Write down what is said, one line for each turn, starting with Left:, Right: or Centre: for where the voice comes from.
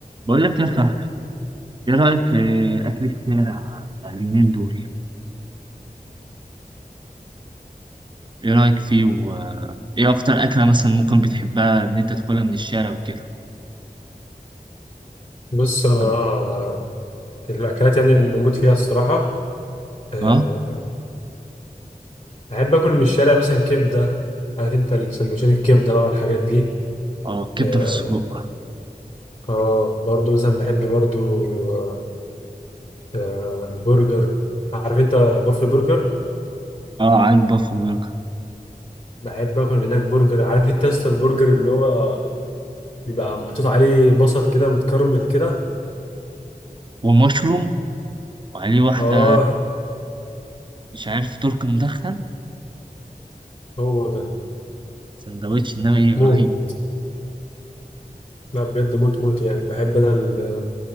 Right: بقول لك يا صاحبي ايه رأيك في أكل الشارع بتاع اليومين دول؟ ايه رأيك فيه و ايه أكتر أكلة مثلا ممكن بتحبها إن أنت تاكلها من الشارع وكده؟
Left: بص انا
Right: تمام
Left: الاكلات يعني اللي بموت فيها الصراحه أه
Right: اه
Left: بحب اكل من الشارع مثلا كبده عارف انت السندوتشات الكبده بقى والحاجات دي
Right: اه كبدة
Left: اه
Right: في السجق
Left: آه، برضو مثلا بحب برضو أه آه، برجر عارف انت بافلو برجر
Right: اه على البافلو برجر
Left: بحب اكل من هناك برجر عارف انت اصلا البرجر اللي هو بيبقى محطوط عليه بصل كده متكرمل كده
Right: ومشروم وعليه واحدة
Left: اه
Right: مش عارف ترك مدخن
Left: هو ده
Right: سندوتش إنما ايه
Left: موت
Right: رهيب
Left: لا بجد موت موت يعني بحب انا ال...